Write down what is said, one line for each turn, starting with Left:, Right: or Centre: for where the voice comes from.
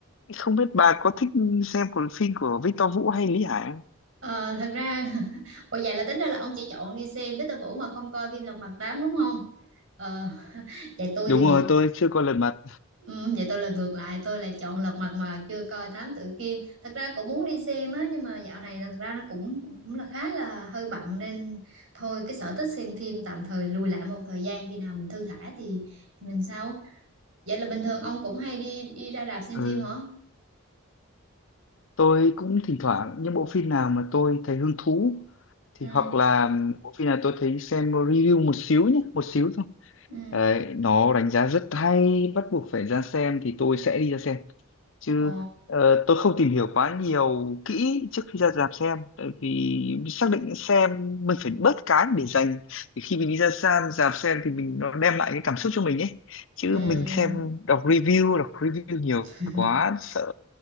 Left: không biết bà có thích xem của phim của Victor Vũ hay Lý Hải không?
Right: Ờ, thật ra <laughs> Ồ vậy là tính ra là ông chỉ chọn đi xem Victor Vũ mà không coi phim Lật Mặt 8 đúng không? Ờ, <laughs> vậy tôi
Left: Đúng
Right: thì bị
Left: rồi, tôi chưa coi Lật Mặt.
Right: Ừ, vậy tôi là ngược lại tôi lại chọn Lật Mặt mà chưa coi Thám Tử Kiên thật ra cũng muốn đi xem á nhưng mà dạo này là thật ra nó cũng cũng là khá là hơi bận nên thôi cái sở thích xem phim tạm thời lùi lại một thời gian khi nào mình thư thả thì thì mình sau vậy là bình thường ông cũng hay đi đi ra rạp xem
Left: Ừ.
Right: phim hả
Left: tôi cũng thỉnh thoảng những bộ phim nào mà tôi thấy hứng thú thì
Right: ừ
Left: hoặc là bộ phim nào tôi thấy xem review một xíu nhé một xíu thôi
Right: ừ
Left: đấy nó đánh giá rất hay bắt buộc phải ra xem thì tôi sẽ đi ra xem chứ
Right: ồ
Left: ờ, tôi không tìm hiểu quá nhiều kỹ trước khi ra rạp xem tại vì xác định xem mình phải bớt cái để dành để khi mình đi ra xem rạp xem thì mình nó đem lại cái cảm xúc cho mình ấy chứ
Right: ừ
Left: mình xem đọc review đọc review nhiều
Right: <laughs>
Left: quá sợ